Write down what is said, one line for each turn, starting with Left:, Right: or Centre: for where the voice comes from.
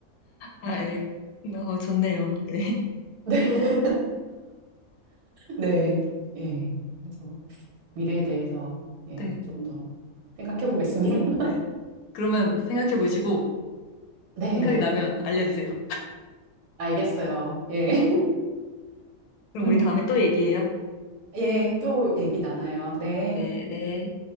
Left: 아, 예. 어, 좋네요. 네,
Right: <laughs> 네, 네, 예. 그래서 미래에 대해서 예,
Left: 네,
Right: 좀 더 생각해 보겠습니다. <laughs>
Left: 네. 그러면 생각해 보시고,
Right: 네,
Left: 생각이 나면 알려주세요.
Right: 알겠어요. 예.
Left: 그럼
Right: <laughs>
Left: 우리 다음에 또 얘기해요.
Right: 예, 또 얘기 나눠요. 네.
Left: 네, 네.